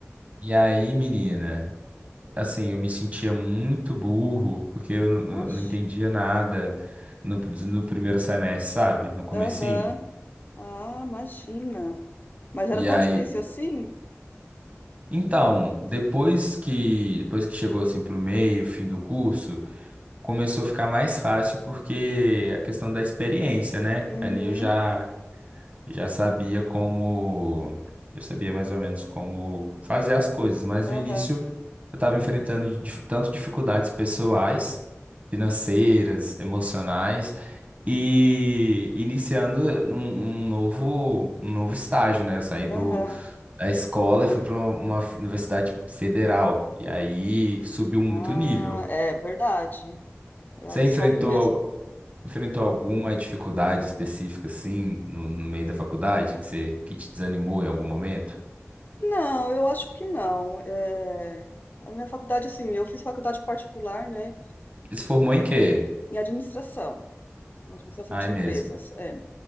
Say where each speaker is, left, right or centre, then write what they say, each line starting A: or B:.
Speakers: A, on the right; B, on the left.
A: E aí, menina, assim, eu me sentia muito burro, porque eu não,
B: Mas,
A: eu não entendia nada no, no primeiro semestre, sabe? No comecinho.
B: aham. Ah, imagina. Mas era
A: E
B: tão
A: aí,
B: difícil assim?
A: então, depois que, depois que chegou, assim, pro meio, fim do curso, começou a ficar mais fácil, porque a questão da experiência, né?
B: Uhum.
A: Ali eu já Já sabia como. Eu sabia mais ou menos como fazer as coisas, mas no
B: Aham.
A: início eu estava enfrentando dif- tanto dificuldades pessoais, financeiras, emocionais, e iniciando um, um novo, um novo estágio, né? Eu saí do,
B: Aham.
A: da escola e fui para uma f- universidade federal, e aí subiu muito
B: Ah,
A: o nível.
B: é verdade. É,
A: Você
B: Aí
A: enfrentou,
B: sobe mesmo.
A: al- enfrentou alguma dificuldade específica, assim, no, no meio da faculdade, que, você, que te desanimou em algum momento?
B: Não, eu acho que não. É, A minha faculdade, assim, eu fiz faculdade particular, né,
A: Se formou em quê?
B: em administração, em administração
A: Ai,
B: de
A: mesmo.
B: empresas. é.